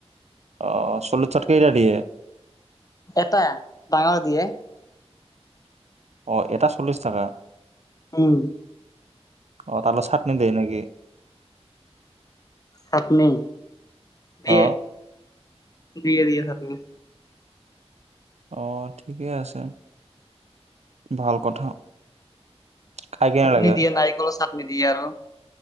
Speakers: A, on the right; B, on the left.
A: অঁ চল্লিছ চত কেইটা দিয়ে?
B: এটা ডাঙৰ দিয়ে।
A: অঁ, এটা চল্লিছ টকা।
B: উম।
A: অঁ, তাৰ লগত চাটনি দিয়ে নেকি?
B: চাটনি দিয়ে,
A: অ',
B: দিয়ে দিয়ে চাটনি।
A: অঁ, ঠিকে আছে, ভাল কথা। খাই কেনে
B: চাটনি
A: লাগে
B: দিয়ে, নাৰিকলৰ চাটনি দিয়ে আৰু।